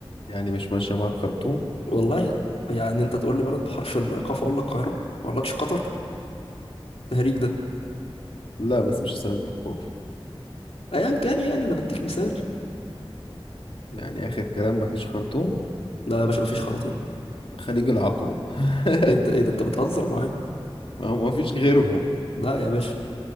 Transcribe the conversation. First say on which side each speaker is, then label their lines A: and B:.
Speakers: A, on the left; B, on the left.
A: يعني مش ماشيه معاك خرطوم
B: والله يعني انت تقول لي بلد بحرف القاف اقول لك القاهرة ما اقولكش قطر تهريج ده
A: لا بس مش هسألك بالكوف
B: ايا كان يعني انا بديك مثال
A: يعني آخر كلام مفيش خرطوم
B: لا يا باشا ما فيش خراطيم
A: خليج العقبة <laughs>
B: ايه ده ايه ده انت بتهزر معايا
A: ما هو مفيش غيرهم
B: لا يا باشا